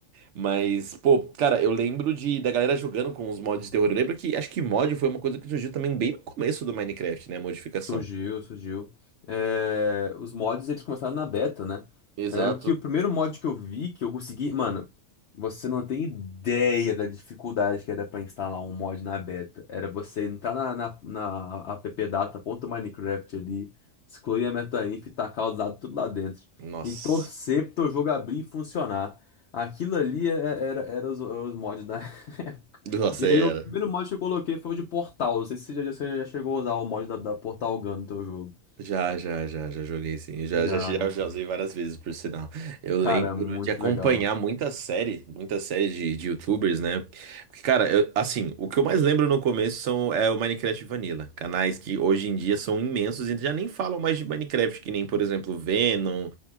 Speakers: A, on the right; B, on the left.
A: Mas, pô, cara, eu lembro de, da galera jogando com os mods de terror. Eu lembro que acho que mod foi uma coisa que surgiu também bem no começo do Minecraft, né? Modificação.
B: Surgiu, surgiu. É, os mods, eles começaram na beta, né?
A: Exato.
B: Eu lembro que o primeiro mod que eu vi, que eu consegui... Mano, você não tem ideia da dificuldade que era pra instalar um mod na beta. Era você entrar na, na, na appdata.minecraft ali, excluir a metainf e tacar os dados tudo lá dentro.
A: Nossa.
B: E torcer pro teu jogo abrir e funcionar. Aquilo ali é- era, era, os, os mods da <laughs> época.
A: Nossa,
B: E
A: era.
B: aí o primeiro mod que eu coloquei foi o de Portal. Não sei se você já, você já chegou a usar o mod da, da Portal Gun no teu jogo.
A: Já, já, já, já joguei sim. Já,
B: Já,
A: já, já,
B: né?
A: já usei várias vezes, por sinal. Eu lembro
B: Cara, é muito
A: de acompanhar
B: legal.
A: muita série, muita série de, de YouTubers, né? Porque, cara, eu- assim, o que eu mais lembro no começo são, é o Minecraft Vanilla. Canais que hoje em dia são imensos e já nem falam mais de Minecraft, que nem, por exemplo, Venom,